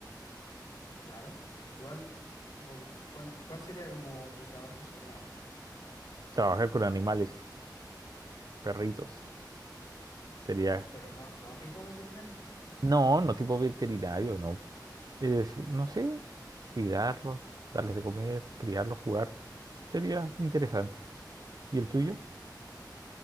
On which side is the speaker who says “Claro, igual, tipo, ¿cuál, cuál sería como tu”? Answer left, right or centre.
Left